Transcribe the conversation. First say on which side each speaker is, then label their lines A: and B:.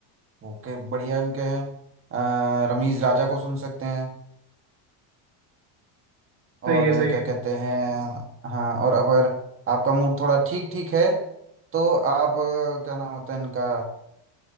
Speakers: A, on the right; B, on the right.
A: ओके बढ़िया उनके हैं अ, रमीज राजा को सुन सकते हैं
B: सही
A: और
B: है
A: अ,
B: सही
A: क्या
B: है
A: कहते हैं हाँ और अगर आपका मूड थोड़ा ठीक ठीक है तो आप अ, क्या नाम होता है इनका